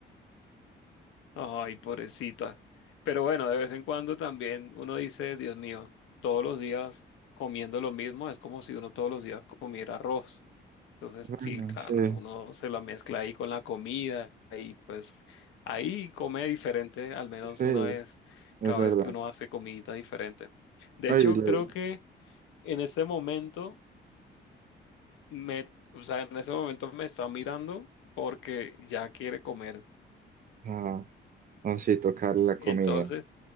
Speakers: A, on the left; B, on the right.
A: Ay, pobrecita. Pero bueno, de vez en cuando también uno dice, Dios mío, todos los días comiendo lo mismo es como si uno todos los días comiera arroz. Entonces,
B: Bueno,
A: sí, claro,
B: sí,
A: tú uno se la mezcla ahí con la comida y pues ahí come diferente, al menos
B: sí,
A: una vez,
B: es
A: cada
B: verdad.
A: vez que uno hace comidita diferente. De
B: Ay,
A: hecho,
B: lo-
A: creo que en este momento... me, o sea, en ese momento me está mirando porque ya quiere comer.
B: ah, no, sí, tocar la
A: Entonces,
B: comida.